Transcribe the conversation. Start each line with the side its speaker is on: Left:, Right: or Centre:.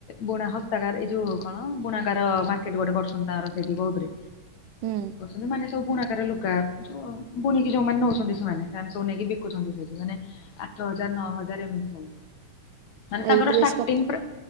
Left: ବୁଣା ହତାକାରା ଏଇ ଯୋଉ କଣ ବୁଣାକାର ମା ଗୋଟେ କରୁଛନ୍ତି ତାର ସେଇଠି ବୋଧରେ
Right: ହୁଁ
Left: କରୁଛନ୍ତି ମାନେ ସବୁ ବୁଣାକାରରେ ଲୁଗା। ବୁଣିିକି ଯୋଉ ମାନ ନଉଚନ୍ତି ସେମାନେ ସନେ କି ବିକୁଚନ୍ତି ସେମାନେ। ଆଠ ହଜାର ନଅ ହଜାର ଏମିତି ସବୁ ମାନେ
Right: ଏଇ
Left: ତାଙ୍କର
Right: ଡ୍ରେସ
Left: ଷ୍ଟାର୍ଟି
Right: କପ
Left: ପୁରା।